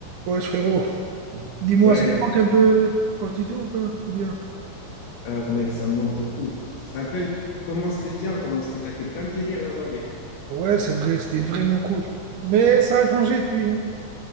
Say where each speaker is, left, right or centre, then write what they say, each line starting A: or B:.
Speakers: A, on the right; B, on the left.
A: Ouais, frérot, dis-moi,
B: Ouais,
A: ça te manque un peu Fortitude ou pas? Ou bien?
B: ah, mec, ça me manque de ouf. Tu te rappelles comment c'était bien, comment on s'était tapé plein de délires là-bas, mec.
A: Ouais, c'est vrai, c'était vraiment cool. Mais ça a changé depuis, hein.